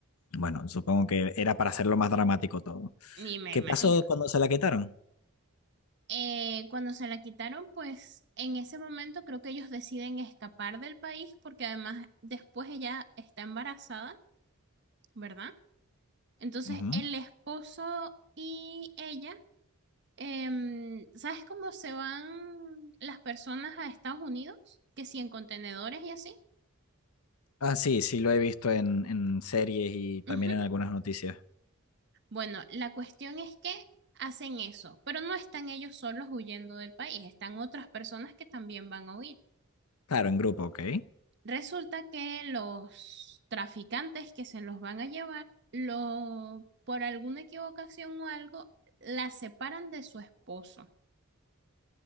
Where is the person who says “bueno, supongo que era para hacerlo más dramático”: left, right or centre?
Left